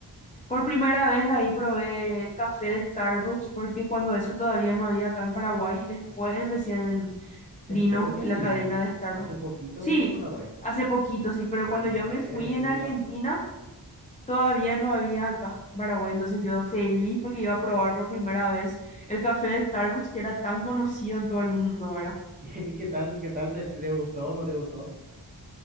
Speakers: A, on the left; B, on the right.
A: Por primera vez ahí probé el café de Starbucks, porque cuando eso todavía no había acá en Paraguay, y después recién
B: Después
A: vino
B: recién
A: la
B: vino,
A: cadena de Starbucks.
B: hace poquito
A: Sí,
B: vino en Paraguay.
A: hace poquito, sí, pero
B: Buenos
A: cuando yo me
B: Aires
A: fui en Argentina,
B: era top.
A: todavía no había acá en Paraguay, entonces yo feliz porque iba a probar por primera vez el café de Starbucks, que era tan conocido en todo el mundo, ¿verdad?
B: <laughs> ¿Y qué tal, qué tal te, te gustó o no te gustó?